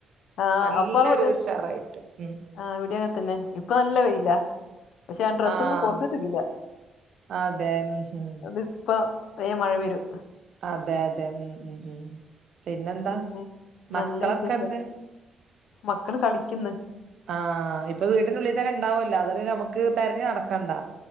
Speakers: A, on the left (about 80°); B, on the right (about 60°).
A: ആഹ്
B: നല്ലൊരു
A: അപ്പമുതൽ
B: ഉഷാറായിട്ട് ഉം
A: ആ ഇവിടിയങ്ങത്തന്നെ ഇപ്പൊ നല്ല വെയില പഷേ ഞാ ഡ്രസ്സ്
B: ആഹ്
A: ഒന്നും പൊർത്തെകിടില്ല.
B: അതെ ഉം ഉം
A: തിപ്പ വേം മഴ വെരും
B: അതെ അതെ ഉം ഉം ഉം പിന്നെന്താ
A: പിന്നെ
B: മക്കളൊക്കെ
A: നല്ല വിശേഷം
B: എന്തേ
A: മക്കള് കളിക്ക്ന്ന്
B: ആഹ് ഇപ്പൊ വീട്ടിനുള്ളിൽ തന്നെ ഇണ്ടാവല്ലോ അത നമുക്ക് തതിരഞഞ്ഞ നടക്കണ്ടാ